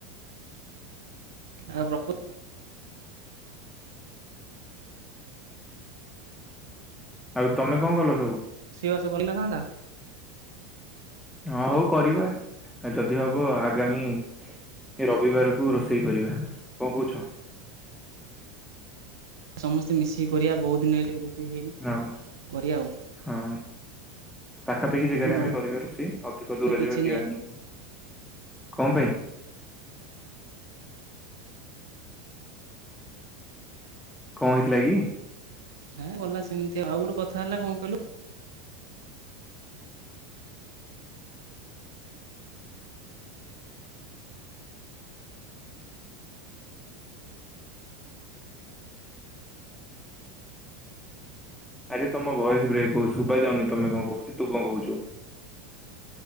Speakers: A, on the right; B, in the centre.
A: ଆଉ <unintelligible>
B: ଆଉ ତମେ କଣ କଲ ସବୁ?
A: ରୋଷେଇ ବାସ କରିନଥାନ୍ତା।
B: ହଁ ହଉ କରିବା ଯଦି ହବ ଆଗାମୀ ଏ ରବିବାରକୁ ରୋଷେଇ କରିବା କଣ କହୁଛ?
A: ସମସ୍ତେ ମିଶିକି କରିବା ବହୁତ୍ ଦିନି ହେଇନି ରୋଷେଇ ହେଇନି
B: ଆଉ
A: କରିବା ଆଉ।
B: ହଁ ପାଖାପାଖି
A: ଆଉ
B: ଜାଗାରେ
A: ମୋର
B: ଆମେ କରିବା ରୋଷେଇ ଅଧିକ ଦୂର
A: ତ କିଛି
B: ଯିବା ଯାଏ ଯିବାନି। କଣ ପାଇଁ? କଣ ହେଇଥିଲା କି?
A: ହେଁ ଗଲା ସେମତି ଆଉ ଗୋଟେ କଥା ହେଲା କଣ କହିଲୁ
B: ଆରେ ତମ ଭଏସ୍ ବ୍ରେକ୍ ହଉଚି ଶୁଭା ଯାଉନି ତମେ କଣ କହୁଛ ତୁ କଣ କହୁଛୁ?